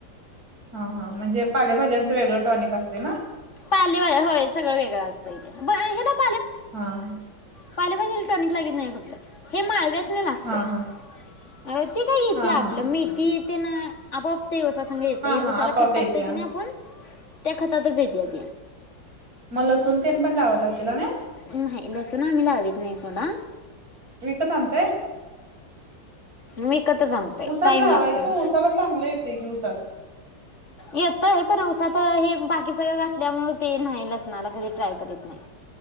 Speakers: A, on the right; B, on the left.
A: हा हा म्हणजे पालेभाज्यांचं वेगळं टॉनिक असते ना,
B: पालेवा होय सगळं वेगळं असतं इथे ब हे बघ.
A: हा ह.
B: पाले पाजेला टॉनिक लागत नाही कुठलं, हे माळव्यास नि लागतय.
A: हा हा
B: आओ ते काय येते
A: हा
B: आपलं
A: हा
B: मेथी ते न आपोआप. ते ऊसा संघ येतय
A: हा हा
B: उसाला
A: आपोआप
B: खत
A: येत्या
B: टाकतोय क नई आपून त्या खतातच येत्यात.
A: म लसून तेन पण लावतसतीला नाय?
B: नाही. लसूण आम्ही लावीत नाही सोडा.
A: विकत आणताय
B: मी कत सांगतेय
A: उसात
B: टाईम
A: लावायचं
B: लागतय.
A: उसाला चांगलं येते की उसात
B: येतय पण आवसात त हे बाकी सगळं घातल्यामूळ ते नाही लसणाला कधी ट्राय करत नाही.